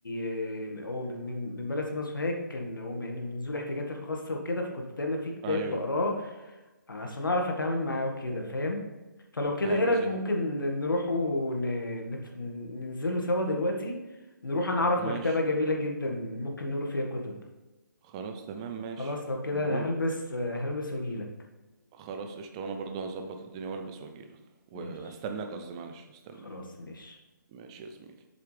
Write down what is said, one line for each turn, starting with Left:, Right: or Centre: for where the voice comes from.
Left: آه، هو من من من بلد اسمها سوهاج كان هو يعني من ذوي الاحتياجات الخاصه وكده فكنت دايما في كتاب
Right: أيوه
Left: بقراه عشان اعرف اتعامل معاه وكده فاهم فلو كده
Right: أيوه
Left: ايه رايك
Right: زهق
Left: ممكن نروح ون... نت... ننزله سوا دلوقتي نروح انا اعرف
Right: ماشي
Left: مكتبة جميلة جدا ممكن نقرا فيها كتب
Right: خلاص تمام ماشي
Left: خلاص لو كده
Right: نروح
Left: انا هلبس هلبس واجيلك
Right: خلاص قشطة وأنا برضه هظبط الدنيا وألبس وأجيلك وهستناك
Left: ماشي
Right: قصدي معلش هستناك
Left: خلاص ماشي
Right: ماشي يا زميلي